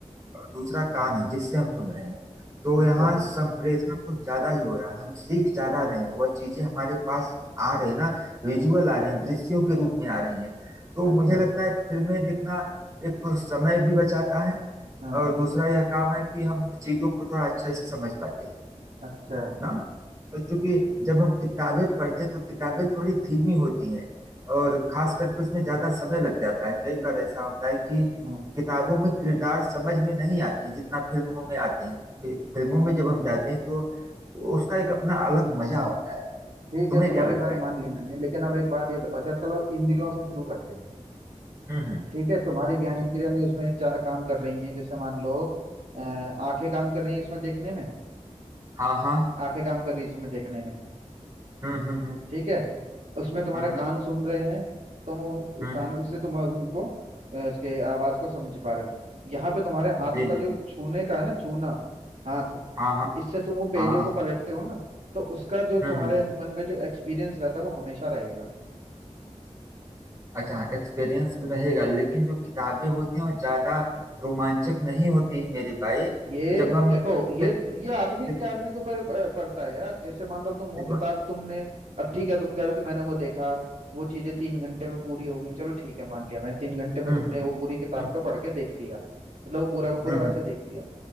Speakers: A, on the right; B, on the right.
A: और दूसरा कान है जिससे हम सुन रहे हैं तो
B: अच्छा
A: यहाँ संप्रेषण कुछ ज्यादा ही हो रहा है हम सीख ज्यादा रहे हैं वह चीजें हमारे पास आ रहे हैं ना विजुअल आ रहे हैं दृश्यों के रूप में आ रही हैं तो
B: अच्छा
A: मुझे लगता है फिल्में देखना एक तो समय भी बचाता है
B: हाँ
A: और दूसरा यह काम है कि हम चीजों को थोड़ा अच्छे से समझ पाते हैं
B: अच्छा
A: ना और चूंकि जब हम किताबें पढ़ते हैं तो किताबें थोड़ी धीमी होती हैं और खास करके उसमें ज्यादा समय लग जाता है कई बार ऐसा होता है कि
B: हाँ
A: किताबों में किरदार समझ में नहीं आते जितना फिल्मों में आते हैं फि- फिल्मों में जब हम जाते हैं तो उसका एक अपना अलग मजा होता है
B: ठीक
A: तुम्हें
B: है तुम्हारी
A: क्या लगता
B: बात
A: है
B: मान ली मैंने लेकिन अब एक बात ये बताओ जब चलो इंद्रियों से शुरू करते हैं
A: हम्म हम्म
B: ठीक है तुम्हारी ज्ञान इंद्रियां जो उसमें चा- काम कर रही हैं जैसे मान लो अ, आंखें काम कर रही हैं इसमें देखने में
A: हाँ हाँ
B: आंखें काम कर रही हैं इसमें देखने में
A: हम्म हम्म
B: ठीक है उसमें तुम्हारे
A: हम्म
B: कान सुन रहे हैं तुम
A: हम्म
B: कान
A: हम्म,
B: उससे तुम उनको अ, उसके आवाज को समझ पा रहे हो यहाँ पे तुम्हारे हाथ
A: जी
B: का
A: जी
B: जो
A: जी
B: छूने का है ना छूना हाथ
A: हाँ हाँ
B: इससे तुम वो पेजों
A: हाँ हाँ
B: को पलटते हो ना तो उसका जो तुम्हारे
A: हम्म हम्म
B: मन में जो एक्सपीरियंस रहता है वो हमेशा रहेगा
A: अच्छा एक्सपीरियंस भी रहेगा लेकिन जो किताबें होती हैं वो ज्यादा रोमांचक नहीं होती मेरे भाई
B: ये
A: जब हम
B: देखो ये
A: फिर
B: ये आदमी
A: देखो
B: के आदमी के ऊपर प- पड़ता है यार जैसे मान लो तुम वो
A: देखो
B: किताब तुमने अब ठीक है तुम कह रहे हो कि मैंने वो देखा वो चीजें तीन घंटे में पूरी हो गई चलो ठीक है मान लिया मैंने तीन घंटे में
A: हम्म
B: तुमने
A: हम्म
B: वो पूरी किताब
A: हम्म हम्म,
B: का पढ़ के देख लिया मतलब वो पूरा का पूरा
A: हम्म,
B: वैसे
A: हम्म,
B: देख लिया